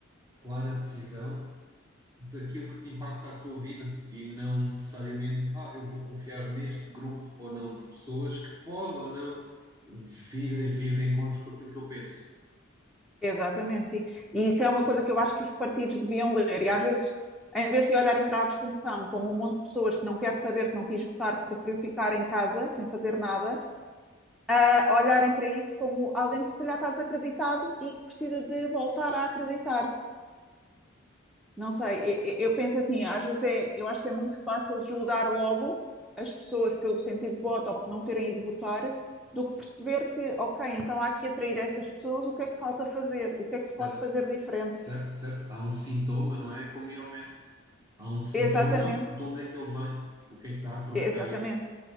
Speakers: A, on the right (about 15°); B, in the centre.
A: clara decisão daquilo que te impacta a tua vida e não necessariamente, ah, eu vou confiar neste grupo ou não de pessoas que pode ou não vir a vir de encontro com aquilo que eu penso.
B: exatamente, sim. E isso é uma coisa que eu acho que os partidos deviam ler. E às vezes, em vez de olharem para a abstenção como um monte de pessoas que não quer saber, que não quis votar, que preferiu ficar em casa sem fazer nada, a olharem para isso como alguém que se calhar está desacreditado e que precisa de voltar a acreditar. Não sei, eu, eu penso assim, às vezes é, eu acho que é muito fácil julgar logo as pessoas pelo sentido de voto ou por não terem ido votar, do que perceber que, ok, então há que atrair essas pessoas, o que é que falta fazer? O que é que
A: Certo?
B: se pode fazer diferente?
A: Certo, certo. Há um sintoma, não é? É Como ir ao médico. Há um sintoma,
B: Exatamente,
A: de onde é que ele vem? O que é que está a provocar
B: exatamente,
A: isto?